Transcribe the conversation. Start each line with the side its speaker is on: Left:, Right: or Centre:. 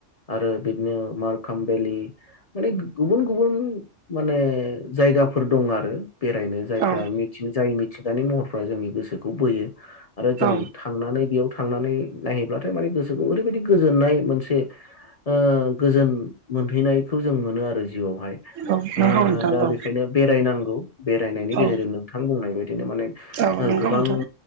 Left: आरो बिदिनो मारकाम भेलि माने गुबुन गुबुन माने जायगाफोर दं आरो। बेरायनो जायफ्रा
Right: औ
Left: मिथिनो जाय मिथि गानि महरफ्रा जोंनि गोसोखौ बोयो आरो जों
Right: औ
Left: थांनानै बेयाव थांनानै नायहैब्लाथाय माने गोसोखौ ओरैबायदि गोजोननाय मोनसे ओ गोजोन मोनहैनायखौ जों मोनो आरो। जिउआवहाय
Right: औ नंगौ
Left: ओ
Right: नोंथां
Left: दा
Right: औ
Left: बेखायनो बेरायनांगौ बेरायनायनि गेजेरजों
Right: औ
Left: नोंथां बुंनाय बायदिनो माने ओ
Right: औ नंगौ
Left: गोबां
Right: नोंथां